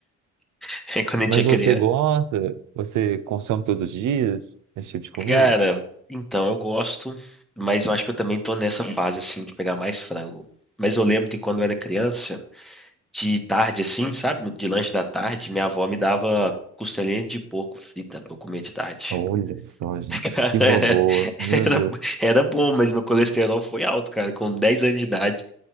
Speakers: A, in the centre; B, on the right.
A: <laughs> É quando a gente
B: Mas
A: é criança.
B: você gosta? Você consome todos os dias esse tipo de comida?
A: Cara, então eu gosto, mas eu acho que eu também tô nessa fase assim de pegar mais frango. Mas eu lembro que quando eu era criança de tarde, assim, sabe? De lanche da tarde, minha avó me dava costelinha de porco frita pra eu comer de tarde.
B: Olha só, gente,
A: <laughs> Cara,
B: que
A: era,
B: boboa. Meu
A: era,
B: Deus.
A: era bom, mas meu colesterol foi alto, cara. Com 10 anos de idade,